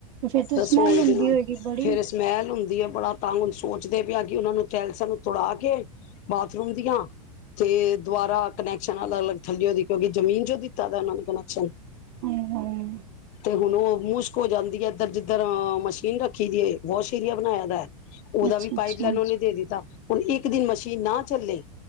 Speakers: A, on the right (about 55°); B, on the left (about 40°).
A: ਫੇਰ ਤੇ
B: ਰਸੋਈ
A: ਸਮੈਲ ਹੁੰਦੀ
B: ਦੇ ਨਾਲ
A: ਹੋਏਗੀ ਬੜੀ
B: ਫੇਰ ਸਮੈਲ ਹੁੰਦੀ ਆ ਬੜਾ ਤੰਗ ਸੋਚਦੇ ਪਿਆ ਕਿ ਉਹਨਾਂ ਨੂੰ ਚੈਲ ਸਾਨ ਤੜਾ ਕੇ ਬਾਥਰੂਮ ਦੀਆਂ ਤੇ ਦੁਬਾਰਾ ਕਨੈਕਸ਼ਨ ਅਲੱਗ ਅਲੱਗ ਥੱਲੀਓ ਦੀ ਕਿਉਂਕਿ ਜ਼ਮੀਨ ਚੋਂ ਦਿੱਤਾ ਦਾ ਉਹਨਾਂ ਨੇ ਕਨੈਕਸ਼ਨ
A: ਹਾਏ ਹਾਏ
B: ਤੇ ਹੁਣ ਉਹ ਮੁਸ਼ਕ ਹੋ ਜਾਂਦੀ ਹੈ ਇੱਧਰ ਜਿੱ ਉੱਧਰ ਮਸ਼ੀਨ ਰੱਖੀ ਦੀ ਹੈ ਬਹੁਤ ਸ਼ੀਰੀਆ ਬਣਾਇਆ ਦਾ ਹੈ ਉਹਦਾ
A: ਅੱਛਾ
B: ਵੀ ਪਾਈਪ
A: ਅੱਛਾ
B: ਲੈਣ ਉਹਨੇ ਦੇ ਦਿੱਤਾ ਹੁਣ ਇਕ ਦਿਨ ਮਸੀਂ ਕਿ ਨਾ ਚੱਲੇ